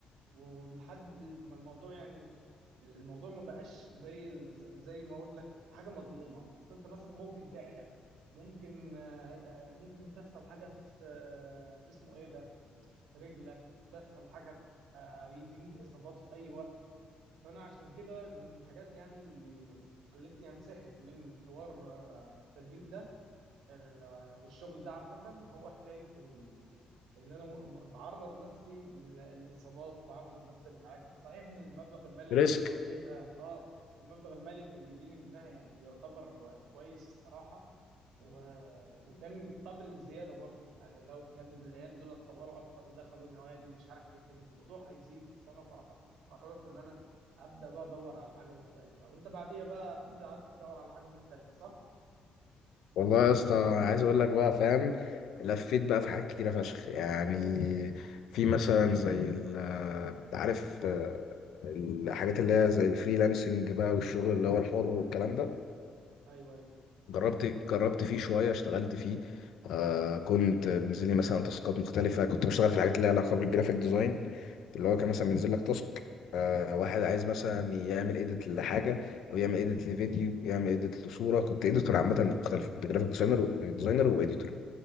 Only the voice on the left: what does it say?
رزق
والله يا اسطى عايز اقول لك بقى فاهم لفيت بقى في حاجات كتيره فشخ يعني في مثلا زي ال عارف آه، الحاجات اللي هي زي الفريلانسنج بقى والشغل اللي هو الحر والكلام
ده
جربت جربت فيه شويه اشتغلت فيه آه كنت بينزل لي مثلا تاسكات مختلفه كنت بشتغل في الحاجات اللي لها علاقه بالجرافيك ديزاين اللي هو كان مثلا بينزل لك تاسك آه واحد عايز مثلا يعمل ايديت لحاجه او يعمل ايديت لفيديو يعمل ايديت لصوره كنت ايديتور عامه مختلف كنت جرافيك ديزاينر ديزاينر وايديتور